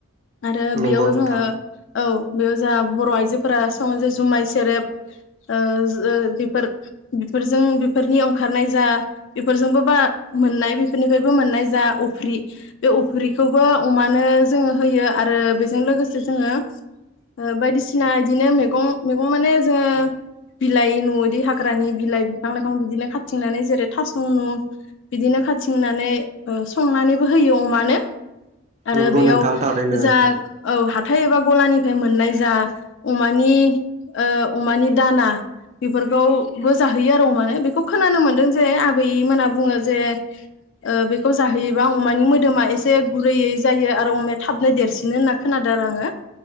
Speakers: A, on the left; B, on the right.
A: आरो
B: नंगौ
A: बेयाव
B: नोंथां
A: जोङो औ बेयाव जा बर' आइजोफोरा सङो जे जुमाय सेरेब ओ ओ बेफोर बेफोरजों बेफोरनि ओंखारनाय जा बेफोरजोंबो बा मोननाय फैरनिफ्रायबो मोननाय जा अफ्रि बे अफ्रिखौबो अमानो जोङो होयो आरो बेजों लोगोसे जोङो ओ बायदिसिना इदिनो मैगं मैगं माने जोङो बिलाइ न' बिदि हाग्रानि बिलाइ बिफां लाइफां बिदिनो खाथिंनानै जेरै थास' नु बिदिनो खा थिंनानै ओ संनानैबो होयो अमानो आरो
B: नंगौ
A: बेयाव
B: नोंथां थारैनो
A: जा औ हा थाइ एबा गलानिफाय मोननाय जा अमानि ओ अमानि दाना बेफोरखौबो जाहोयो आरो अमानो बेखौ खोनानो मोनदों जे आबैमोनहा बुङो जे ओ बेखौ जाहोयोबा अमानि मोदोमा एसे गुरैयै जायो आरो अमाया थाबनो देरसिनो होनना खोनादों आरो आङो